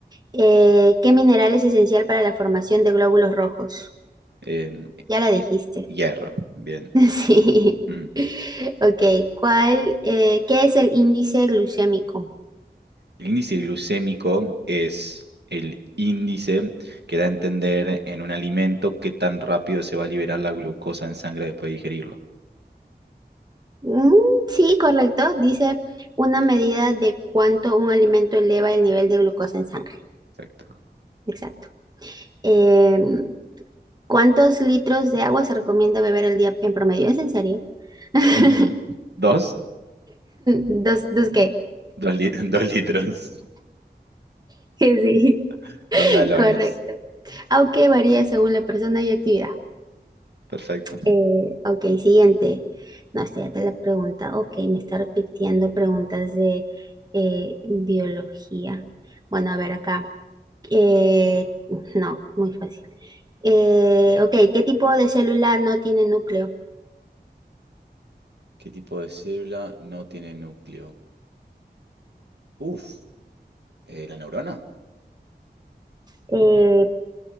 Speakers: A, on the right; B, on the right.
A: Eh, ¿qué mineral es esencial para la formación de glóbulos rojos?
B: Em,
A: Ya la dijiste.
B: hierro, bien.
A: <laughs> Sí.
B: Mm.
A: Ok, ¿cuál, eh, qué es el índice glucémico?
B: El índice glucémico es el índice que da a entender en un alimento qué tan rápido se va a liberar la glucosa en sangre después de digerirlo.
A: Mm, sí, correcto. Dice una medida de cuánto un alimento eleva el nivel de glucosa en sangre.
B: Exacto.
A: Exacto. Eh, ¿cuántos litros de agua se recomienda beber al día en promedio? ¿Es en serio? <laughs>
B: <laughs> Dos.
A: ¿Dos, dos qué?
B: Dos, li- <laughs> dos litros,
A: <laughs> Sí,
B: <laughs> dos galones.
A: correcto. Aunque varía según la persona y actividad.
B: Perfecto.
A: Eh, ok, siguiente. No, esta ya te la pregunta. Ok, me está repitiendo preguntas de eh, biología. Bueno, a ver acá. Eh, no, muy fácil. Eh, ok, ¿qué tipo de célula no tiene núcleo?
B: ¿Qué tipo de célula no tiene núcleo? Uf, eh, ¿la neurona?
A: Eh,